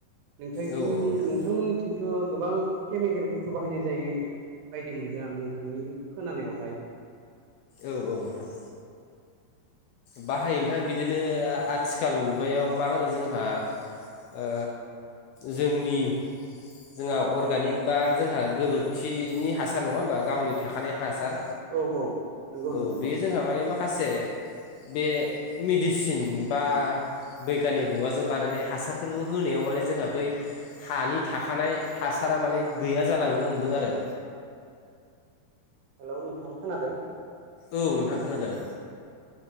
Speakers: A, on the right (about 80°); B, on the left (about 80°).
A: नोंथांथिं
B: औ औ नोंथां
A: नोंथांमोनिथिं थ' गोबां केमिकेल बुस्थु बाहायनाय जायै बायदि मोनदों आं नोंथांनि खोनानायावहाय।
B: औ औ नोंथां। बाहायो नोंथां बिदिनो आथिखाल मुगायाव मा होनो जोंहा ओ जोंनि जोंहा अर्गानिक बा जोंहा गोबोरखिनि हासार नङा होमबा गावनि थाखानाय हासार
A: औ औ नंगौ
B: औ
A: नोंथां
B: बे जोंहा माने माखासे बे मेडिसिन बा बैगानिक मुगाजों बानायनाय हासारफोरखौ होनायाव माने जोंहा बै हानि थाखानाय हासारा माने गैया जालांनो हमदों आरो
A: हेलौ नोंथां, खोनादों?
B: औ नोंथां खोनादों।